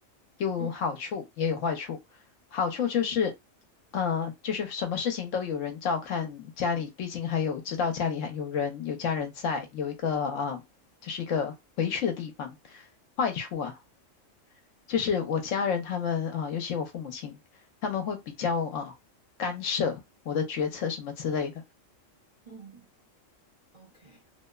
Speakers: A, on the left; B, on the right.
A: 有好处也有坏处。
B: 嗯
A: 好处就是，呃，就是什么事情都有人照看，家里毕竟还有知道家里还有人有家人在，有一个啊、呃就是一个回去的地方。坏处啊，就是我家人他们啊、呃尤其我父母亲，他们会比较啊、呃干涉我的决策什么之类的。
B: 嗯，OK。